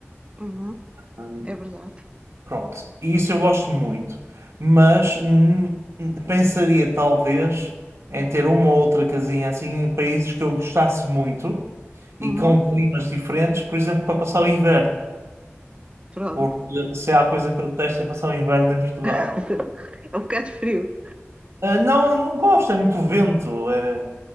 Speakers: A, on the right; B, on the right.
A: Uhum,
B: mim.
A: É verdade.
B: Pronto, e isso eu gosto muito, mas hum, pensaria talvez em ter uma ou outra casinha assim em países que eu gostasse muito e
A: Uhum,
B: com climas diferentes, por exemplo, para passar o inverno,
A: Pronto.
B: porque se há coisa que eu detesto é passar o inverno em Portugal.
A: <laughs> É um bocado frio.
B: Ah, não, não gosto, é muito vento, é,